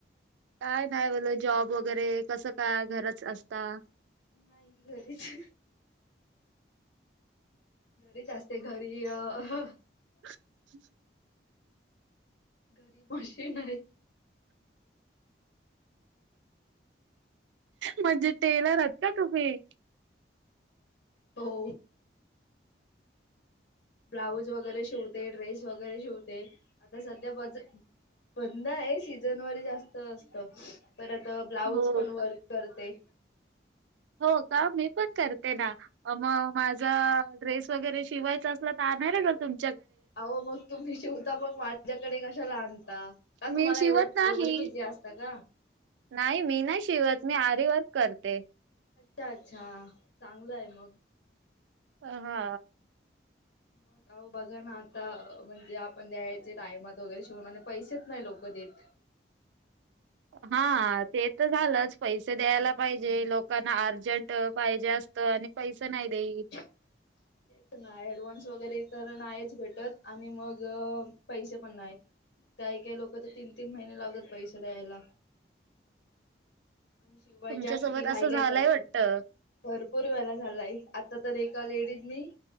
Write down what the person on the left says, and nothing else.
नाही घरीच. घरीच असते घरी अ..
घरी मशीन आहे.
हो. ब्लाऊज वगैरे शिवते ड्रेस वगैरे शिवते आता सध्या बज.. बंद आहे सीजन व जास्त असस्त. परत ब्लाऊज
पण
वर्क करते.
अहो मग तुम्ही जेवता मग माझ्याकडे कशा ला आणता का तुम्हाला
एवढ
एवढी.. बिझी असत का?
अच्छा अच्छा चांगलं आहे मग.
म मग अ बग ना आता म्ह.. जे आपण द्यायचे टायमात वगैरे शिवणा आणि पैसेच नाही लोक देत.
<unintelligible> एकच नाही ऍडव्हान्स वगैरे तर नाहीच भेटत आणि मग पैसे पण नाही. काही काही लोक तर तीन तीन महिने लागतात पैसे द्यायला. आणि शिवायच्या
अस की घाई
कााय
करतात
भरपूर वेळा झालाय. आता.. तर एका लेडीजनी